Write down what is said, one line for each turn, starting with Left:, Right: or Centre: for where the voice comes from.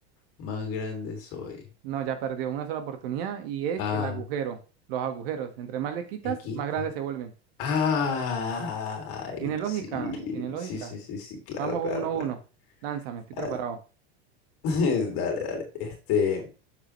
Left: más grande soy.
Right: no, ya perdió una sola oportunidad y es
Left: Ah,
Right: el agujero, los agujeros. Entre más le quitas,
Left: me quita.
Right: más grandes se vuelven.
Left: Ay,
Right: Tiene lógica,
Left: sí,
Right: tiene lógica.
Left: sí, sí, sí, sí, claro,
Right: Vamos
Left: claro,
Right: uno a
Left: claro.
Right: uno. Lánzame, estoy
Left: Dale,
Right: preparado.
Left: <laughs> dale, dale. Este,